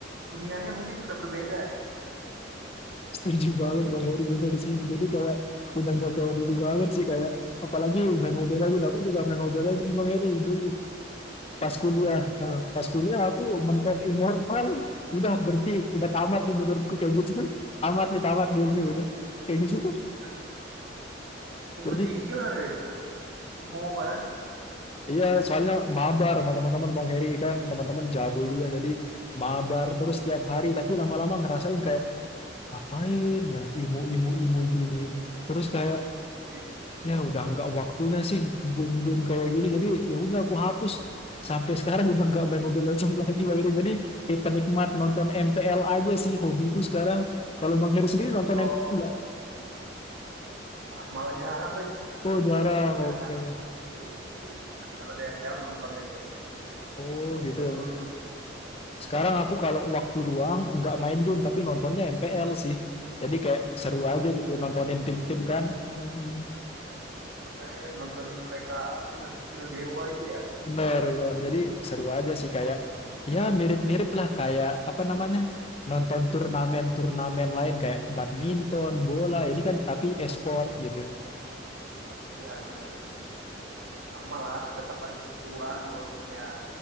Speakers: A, on the right; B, on the left.
A: dunianya mungkin sudah berbeda ya
B: Setuju banget Bang Heri bener sih. Jadi kayak udah nggak kayak dulu banget sih kayak apalagi main Mobile Legends. Aku juga main Mobile Legends Bang Heri dulu pas kuliah.
A: Hmm.
B: Nah, pas kuliah aku mentok Immortal udah berhenti udah tamat
A: Oh,
B: nih menurutku kayak gitu kan. Tamat nih tamat game nih
A: iya,
B: udah kayak gitu. kan.
A: iya. udah
B: Jadi
A: tinggi lah Haris udah imo kan
B: iya soalnya mabar sama teman-teman Bang Heri kan teman-teman jago juga jadi mabar terus tiap hari tapi lama-lama ngerasain kayak apain ya imu imu imu gini. Terus kayak
A: Iya.
B: ya udah nggak waktunya sih game-game kayak gini jadi ya udah aku hapus sampai sekarang udah nggak main Mobile Legends lagi Bang Heri jadi kayak penikmat nonton MPL aja sih hobiku sekarang kalau Bang Heri sendiri nonton
A: oh
B: MPL nggak
A: Ah, malah jarang, Riz.
B: oh jarang
A: Ya,
B: oke
A: Iya, Nanti kalau DMPL nonton deh kayaknya.
B: oh
A: Nonton
B: gitu ya
A: dulu
B: Bang
A: nih.
B: sekarang aku kalau waktu luang nggak main game tapi nontonnya MPL sih jadi kayak seru aja gitu nontonin tim-tim kan Mm-mm.
A: Keren, nontonin mereka skill-skill dewa itu ya.
B: Bener, Bang. Jadi seru aja sih kayak ya mirip-mirip lah kayak apa namanya? nonton turnamen-turnamen lain kayak badminton, bola, ini kan
A: Iya,
B: tapi e-sport gitu.
A: iya, benar-benar. Sama lah, tetap ada keseruan walaupun ya